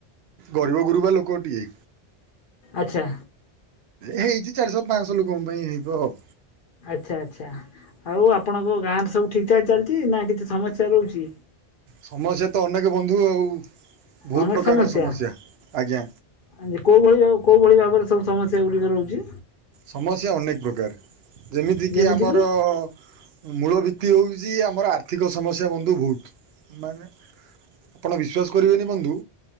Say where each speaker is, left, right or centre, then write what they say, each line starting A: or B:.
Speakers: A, on the right; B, on the left.
A: ଗରିବଗୁରୁବା ଲୋକଟିଏ।
B: ଆଚ୍ଛା।
A: ହେଇଛି, ଚାରିଶହ ପାଅଁଶହ ଲୋକଙ୍କ ପାଇଁ ହେବ ଆଉ।
B: ଆଛା ଆଚ୍ଛା, ଆଉ ଆପଣଙ୍କ ଗାଁଆରେ ସବୁ ଠିକଠାକ୍ ଚାଲିଛି ନା କିଛି ସମସ୍ୟା ରହୁଛି?
A: ସମସ୍ୟା ତ ଅନେକ ବନ୍ଧୁ ଆଉ। ବହୁତ
B: ଅନେକ
A: ପ୍ରକାର
B: ସମସ୍ୟା,
A: ଆଜ୍ଞା
B: କୋଉ ଭଳି କୋଉ ଭଳି? କୋଉ ସବୁ ସମସ୍ୟା ଗୁଡିକ ରହୁଛି?
A: ସମସ୍ୟା ଅନେକ ପ୍ରକାର। ଯେମିତିକି
B: ଯେମିତି
A: ଆମରଅଅ
B: କିି
A: ମୂଳ ଭିତ୍ତି ହେଉଛି ଆ ଆମର ଆର୍ଥିକ ସମସ୍ୟା ବନ୍ଧୁ ବହୁତ ମାନେ ଆପଣ ବିଶ୍ୱାସ କରିବେନି ବନ୍ଧୁ